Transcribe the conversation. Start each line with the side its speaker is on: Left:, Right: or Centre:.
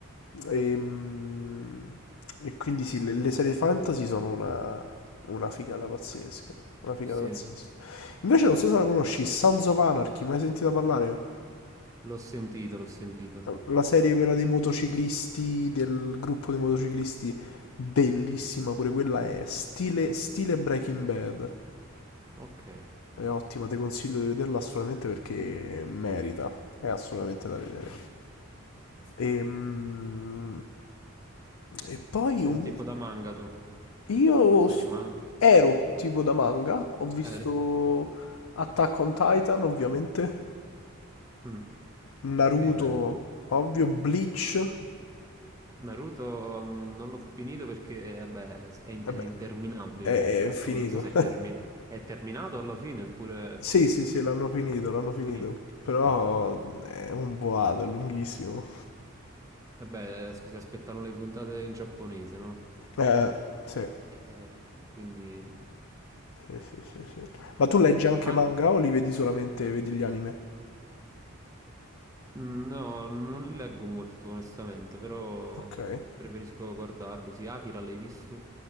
Left: Ehm, E, quindi sì, le, le serie fantasy sono una, una figata pazzesca, una figata
Right: Sì,
Left: pazzesca. Invece non so se la conosci, Sons of Anarchy, mai sentita parlare?
Right: l'ho sentito, l'ho sentito.
Left: La serie quella dei motociclisti, del gruppo di motociclisti, bellissima pure quella è stile, stile Breaking Bad.
Right: Ok.
Left: È ottima, ti consiglio di vederla assolutamente perché merita, è assolutamente da vedere. Ehm, E, poi
Right: Sei un
Left: un-
Right: tipo da manga tu?
Left: io
Right: Serie
Left: s-
Right: manga?
Left: ero tipo da manga, ho visto
Right: Eri?
Left: Attack on Titan ovviamente,
Right: Mm,
Left: Naruto,
Right: ok, bello.
Left: ovvio, Bleach,
Right: Naruto mm, non l'ho finito perché, vabbè, è, in-
Left: e
Right: è
Left: beh,
Right: interminabile.
Left: è,
Right: Ecco,
Left: è finito.
Right: non so se è,
Left: <laughs>
Right: termi- è terminato alla fine oppure
Left: Sì, sì, sì, l'hanno finito, l'hanno
Right: è finito.
Left: finito. Però è un boato, è lunghissimo.
Right: Vabbè, as- si aspettano le puntate in giapponese, no?
Left: Eh, sì.
Right: Eh, E, quindi...
Left: Sì, sì, sì, sì. Ma tu leggi anche
Right: Ah,
Left: manga o li vedi solamente, vedi gli anime?
Right: Mm, No, non li leggo molto, onestamente, però
Left: Ok.
Right: preferisco guardarli. Sì, Akira l'hai visto?